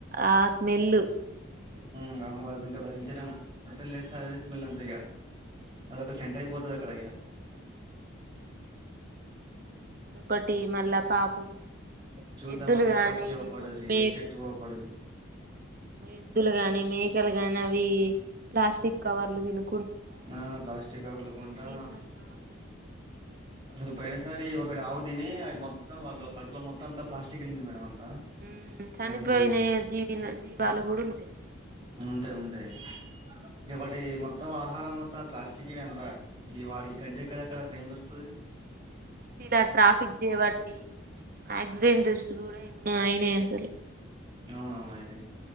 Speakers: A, on the right; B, on the right.
A: ఆ స్మెల్లు
B: హమ్ అమ్మవాలతో ఇంకా భరించలేం పొద్దున్న లేస్ నాకు తెలిసి మళ్లీ అంతేగా అదొక సెంటర్ అయిపోతది అక కడయ
A: ఒకటి మళ్ళ పాపము
B: చూద్దామన్న
A: ఎద్దులు గానీ
B: పక్షి అవుపడది
A: కొన్ని మే
B: చెట్టు అవుపడది
A: ఎద్దులు కానీ మేకలు గాని అవి ప్లాస్టిక్ కవర్లు తిను
B: ఆ ప్లాస్టిక్ కవర్ కొంటా
A: జీర్ణం కావు
B: అసలు పయినసారి ఒకటి ఆవు తిని అ మొత్తం కడుపులో మొత్తం అంత ప్లాస్టిక్ వెళ్ళింది మేడం అంతా
A: హమ్ చనిపోయిన
B: దానికి
A: జీవిన జీవాలు
B: ఆ
A: కూడా ఉన్నాయి
B: ఉంటాయి ఉంటాయి ఎపాటి మొత్తం ఆహారం మొత్త అంత ప్లాస్టిక్ ఇవి అంత ఈ వాడికి గడ్డి ఎక్కడక్కడ అక్కడ ఏం దొరుకుతుంది
A: హ ట్రాఫిక్ బట్టి యాక్సిడెంట్ ఉన్నాయి హా అయినే అసలు
B: అవునవును అయితే